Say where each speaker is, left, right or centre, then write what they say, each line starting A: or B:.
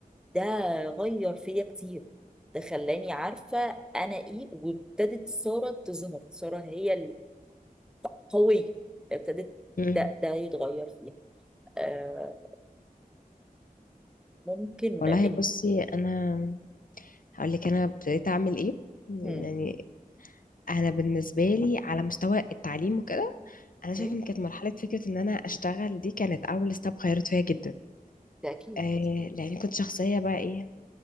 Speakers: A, in the centre; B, on the left.
A: ده غير فيا كتير ده خلاني عارفة أنا إيه وابتدت سارة تظهر سارة هي القوية ابتدت
B: مم.
A: ده, ده يتغير فيها آه ممكن
B: والله
A: إن
B: بصي انا هقول لك انا ابتديت اعمل ايه يعني
A: هم.
B: انا بالنسبه لي على مستوى التعليم وكده انا شايفه
A: أوكي،
B: ان كانت مرحله فكره ان انا اشتغل دي كانت اول ستاب غيرت فيا جدا
A: ده اكيد
B: آه لاني كنت شخصيه بقى ايه